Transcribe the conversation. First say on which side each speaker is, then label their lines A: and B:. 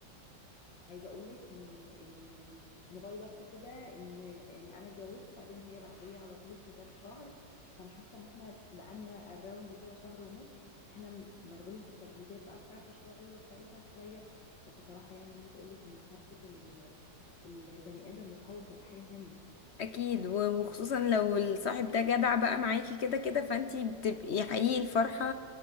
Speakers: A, on the left; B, on the left.
A: عايزة اقول لك ان ان ان باي لك كده ان ان انا اتجوزت وبعدين هي بعدية على طول كده بشهر فانا حاسة ان احنا بقالنا الراوند كده شهر ونص احنا م- مشغولين في التجهيزات بقى بتاعتي شوية وبتاعتها شوية بس صراحة يعني انا عايزة اقول لك ان فرحة ال- ال- البني ادم لاصحابه بتبقى حاجة تانية
B: اكيد و- وخصوصا لو الصاحب ده جدع بقى معاكي كده كده فانتي بتبقي حقيقي الفرحة